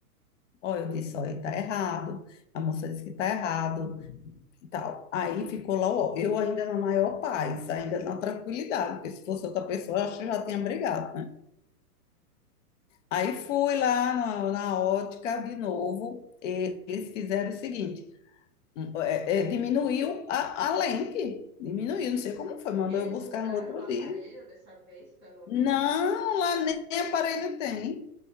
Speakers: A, on the left (about 50°); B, on the right (about 25°).
A: Ó, eu disse, olha, tá errado. A moça disse que tá errado. e tal. Aí ficou lá, ó, eu ainda na maior paz, ainda na tranquilidade, porque se fosse outra pessoa, eu acho que já tinha brigado, né? Aí fui lá na, na ótica de novo, eles fizeram o seguinte, hum, é, é, diminuiu a, a lente, diminuiu, não sei como foi, mandou
B: Eles
A: eu buscar
B: usaram
A: no outro
B: o aparelho
A: dia.
B: dessa vez, pelo menos.
A: Não, lá nem aparelho tem,